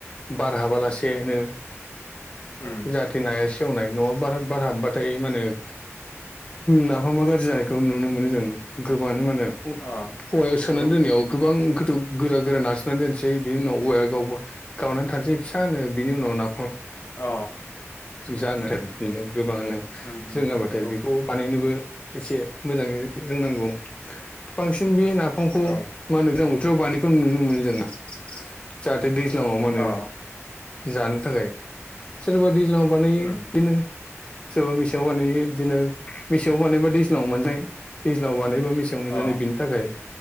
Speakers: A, on the left; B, on the left.
A: बार हाबालासेनो
B: उम
A: जाहाथे नाया सेवनाय न'आव बार बारहाबबाथाय मा होनो नाफामा गाज्रि जानायखौ नुनो मोनो जों गोबांनो मान औवायाव
B: अ
A: सोनानै
B: नंगौ
A: दोननायाव गोबां गोरा गोरा नारसोननानै दोनसै बिनि उनाव औवाया गावबा गावनानै थानोसै फिस होनानो बिनि उनाव ना
B: अ
A: जानो आरो बिदिनो गोबाङानो
B: उम
A: जोङाबाथाय
B: उम नंगौ
A: बेखौ बानाय नोबो एसे मोजाङै रोंनांगौ बांसिन बे नाफामखौ
B: औ
A: मा होनो जों बानायखौ नुनो मोनो जोंना जाहाथे दैज्लाङाव माने
B: अ
A: जानो थाखाय सोरबा दैज्लांआव बानायो
B: उम
A: बिदिनो सोरबा मेसेंआव बानायो बिदिनो मेसेंआव बानायबा दैज्लांआव मोनजायो दैज्लांआव बानायबा मेसेङाव मोनजानाय
B: अ
A: बिनि थाखाय